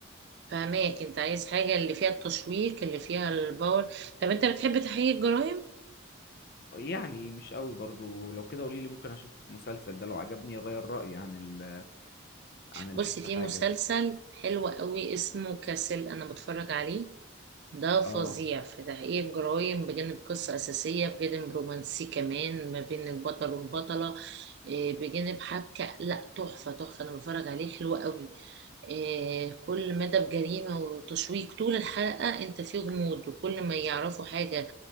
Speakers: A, on the right; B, on the left.
A: فهماك انت عايز حاجة اللي فيها التشويق اللي فيها الباور طب انت بتحب تحقيق الجرائم
B: يعني مش قوي برضو لو كده قولي لي ممكن اشوف مسلسل ده لو عجبني اغير رأيي عن ال عن الحكة
A: بص في
B: حاجة
A: مسلسل
B: يعني.
A: حلو قوي اسمه كاسل انا بتفرج عليه ده فظيع
B: اه
A: في تحقيق الجرايم بجانب قصة أساسية بجانب رومانسي كمان ما بين البطل والبطلة إيه، بجانب حبكة لا تحفة تحفة أنا بتفرج عليه حلو قوي إيه، كل مدى بجريمة وتشويق طول الحلقة أنت فيه غموض وكل ما يعرفوا حاجة